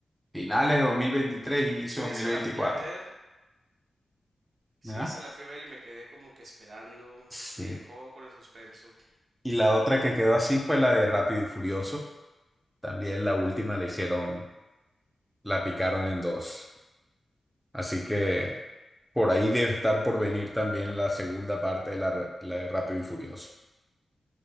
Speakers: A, in the centre; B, on the right.
A: Finales de 2023, inicio
B: Sí,
A: de dos
B: esa
A: mil veinticuatro,
B: la fui a ver. Sí,
A: ¿Ya?
B: esa la fui a ver y me quedé como que esperando.
A: Sí.
B: Me dejó con el suspenso.
A: Y la otra que quedó así fue la de Rápido y Furioso. También la última la hicieron, la picaron en dos. Así que por ahí debe estar por venir también la segunda parte de la, re- la de Rápido y Furioso.